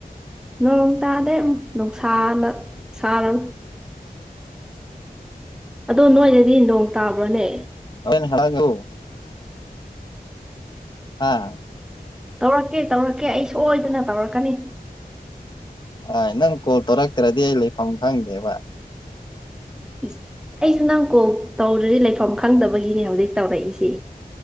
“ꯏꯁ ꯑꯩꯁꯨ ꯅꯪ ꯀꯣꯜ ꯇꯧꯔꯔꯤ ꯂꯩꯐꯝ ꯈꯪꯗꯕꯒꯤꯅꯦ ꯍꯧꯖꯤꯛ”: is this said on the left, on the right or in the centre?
Centre